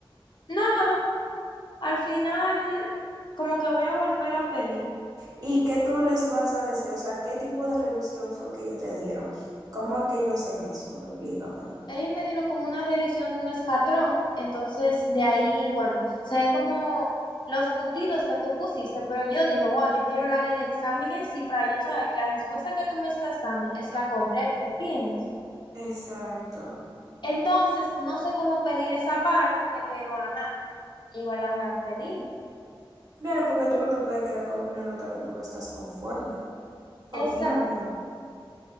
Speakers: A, on the left; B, on the right.
A: nada, al final como que voy a volver a pedir.
B: ¿Y qué tú les vas a decir? O sea, ¿qué tipo de revisión fue que ellos te dieron? ¿Cómo es que ellos hacen eso? Explícame.
A: Ellos me dieron como una revisión de un escatrón, entonces de ahí, bueno, se ve como los puntitos que tú pusiste, pero yo digo, wow, yo quiero la del examen en sí para yo saber que la respuesta que tú me estás dando es la correcta, ¿entiendes?
B: Exacto.
A: Entonces, no sé cómo pedir esa parte, pero ajá, igual la voy a pedir.
B: Claro, porque tú no te puedes quedar con una nota que tú no estás conforme. Opino
A: Esa
B: yo.